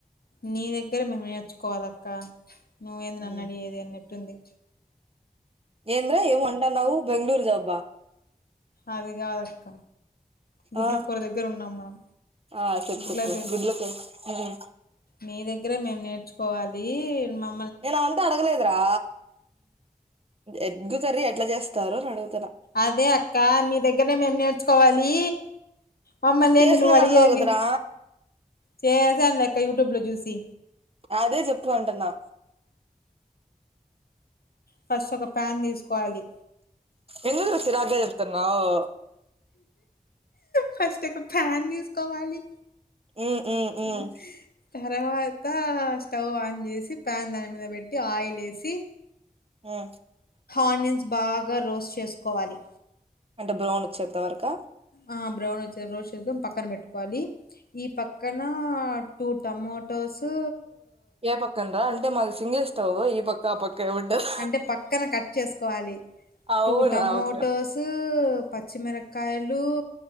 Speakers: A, on the left; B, on the right.
A: నీ దగ్గర మేము నేర్చుకోవాలక్క నువ్వేంది నన్ను
B: మ్మ్
A: అడిగేది అన్నట్టు ఉంది
B: ఏంద్ర ఏమో అంటన్నావు బెంగళూర్ జాబా
A: అది కాదక్క గుడ్ల
B: ఆ
A: కూర దగ్గర ఉన్నాం మనం
B: ఆ చెప్పు
A: గుడ్లద్దగర
B: చెప్పు గుడ్ల కూర మ్మ్
A: మీ దగ్గరే మేము నేర్చుకోవాలి మా
B: నేను అవంతా అడగలేదురా ఎగ్గు కర్రి ఎట్లా చేస్తారు అని అడుగు
A: అదే అక్క మీ దగ్గరనే మేం నేర్చుకోవాలి మమ్మల్ని లేంది
B: చేసినాను
A: నువ్వు అడిగేది
B: అన్నావు కదరా
A: చేసాను లెక్క యూట్యూబ్ లో చూసి
B: అదే చెప్పుమంటున్నా
A: ఫస్ట్ ఒక ప్యాన్ తీసుకోవాలి
B: ఎందుకు చిరాక్ గా చెప్తాన్నావు
A: ఫస్ట్ ఒక ఫ్యాన్ తీసుకోవాలి
B: ఉమ్ ఉమ్ ఉమ్
A: హి తర్వాత స్టవ్ ఆన్ చేసి ప్యాన్ దాని మీద పెట్టి ఆయిల్ వేసి
B: ఉమ్
A: ఆనియన్స్ బాగా రోస్ట్ చేసుకోవాలి
B: అంటే బ్రౌన్ వచ్చేంత వరక
A: ఆ బ్రౌన్ వచ్చ రోస్ట్ చేసుకొని పక్కన పెట్టుకోవాలి ఈ పక్కన టూ టమోటోస్ సో
B: ఏ పక్కనరా అంటే మాది సింగిల్ స్టవ్ ఈ పక్క ఏమి ఉండదు
A: అంటే పక్కన కట్ చేసుకోవాలి
B: అవునా
A: టూ టమోటోస్
B: ఓకే
A: పచ్చిమిరకాయలు